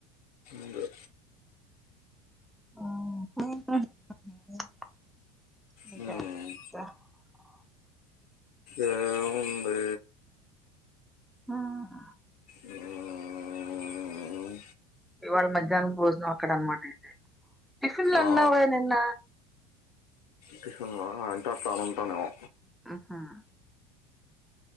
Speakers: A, on the left; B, in the centre.
A: అదే.
B: <inaudible>
A: హ్మ్. ఏముంది
B: హ్మ్
A: మ్మ్.
B: ఇవాళ మధ్యాహ్నం భోజనం అక్కడ అన్నమాట అయితే టిఫిన్లు అన్నావే
A: ఆ,
B: నిన్న
A: టిఫిన్ ఆ, అంటే అట్లా అనుంటానేమో
B: హ్మ్